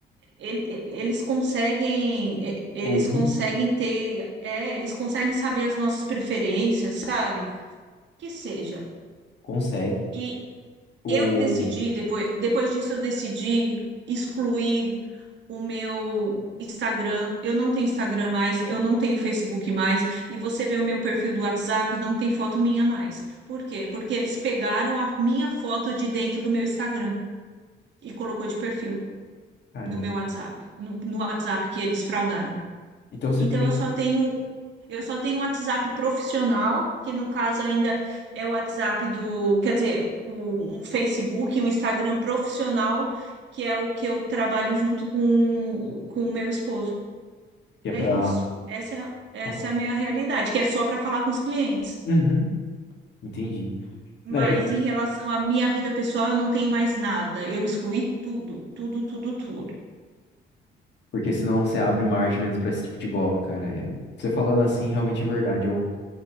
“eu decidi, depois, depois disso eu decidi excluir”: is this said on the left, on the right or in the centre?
Right